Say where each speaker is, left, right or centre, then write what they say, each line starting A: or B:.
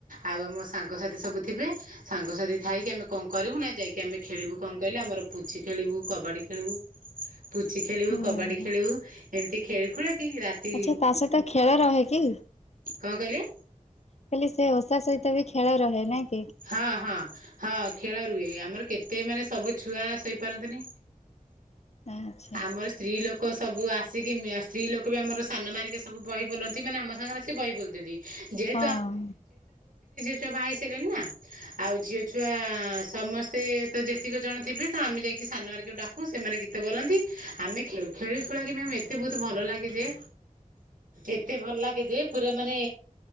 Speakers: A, on the right; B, on the left.
A: ଆଉ ଆମ ସାଙ୍ଗସାଥି ସବୁଥିବେ ସାଙ୍ଗସାଥିୀ ଥାଇକି ଆମେ କଣ କରିବୁ ନା ଯାଇକି ଆମେ ଖେଳିବୁ କଣ କହିଲେ ଆମର ପୁଚି ଖେଳିବୁ କବାଡ଼ି ଖେଳିବୁ ପୁଚି ଖେଳିବୁ
B: ହୁଁ
A: କବାଡ଼ି ଖେଳିବୁ ଏମିତି ଖୁଳାକି ରାତି
B: ଆଚ୍ଛା ତା ସାହିତ ଖେଳ ରହେ କି
A: କଣ କହିଲେ
B: ଖାଲି ସେ ହସା ସହିତ ବି ଖେଳ ରହେ ନାଇଁ
A: ହଁ ହଁ ହଁ ଖେଳ ରୁହେ ଆମର କେତେ ମାନେ ସବୁ ଛୁଆ ଶୋଇପାରନ୍ତିନି
B: ଆଚ୍ଛା
A: ଆମର ସ୍ତ୍ରୀ ଲୋକ ସବୁ ଆସିକି ସ୍ତ୍ରୀ ଲୋକ ବି ଆମର ସାନ ମା ହେରିକା ସବୁ ବହି ବୋଲନ୍ତି ମାନେ ଆମ ସାଙ୍ଗରେ ସିଏ ବହି ବୋଲି ଦିଅନ୍ତି। ଯେହେ
B: ହଁ
A: ଛୁଆ ବାହା ହେଇ ସାରିଲେଣି ନା। ଆଉ ଝିଅ ଛୁଆ ସମସ୍ ତେ ତ ଯେତିକି ଜଣଥିବେ ତ ଆମେ ଯାଇକି ସାନ ହେରିକାଙ୍କୁ ଡାକୁ ସେମାନେ ଗୀତ ବୋଲନ୍ତି ଆମେ ଖେଳୁ ଖେଳୁ ଖେଳାକି ମ୍ୟାମ୍ ଏତେ ବହୁତ ଭଲ ଲାଗେ ଯେ ଏତେ ଭଲ ଲାଗେ ଯେ ପୁରା ମାନେ